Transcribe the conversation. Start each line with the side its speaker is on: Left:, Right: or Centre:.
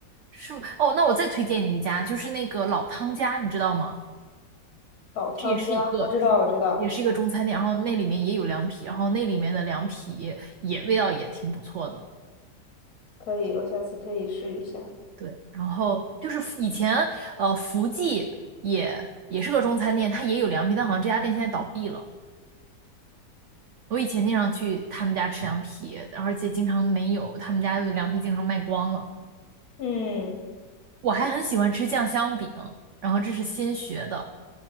Right: 是吗？哦，那我再推荐你一家，就是那个老汤家，你知道吗？
Left: 老汤家，
Right: 这也是一个中，
Left: 我知道，我知道，
Right: 也是一个中餐店，然后那里面也有凉皮，然后那里面的凉皮也味道也挺不错的。
Left: 可以，我下次可以试一下。
Right: 对，然后就是福以前呃福记也也是个中餐店，它也有凉皮，但好像这家店现在倒闭了。我以前经常去他们家吃凉皮，而且经常没有，他们家的凉皮经常卖光了。
Left: 嗯，
Right: 我还很喜欢吃酱香饼，然后这是新学的。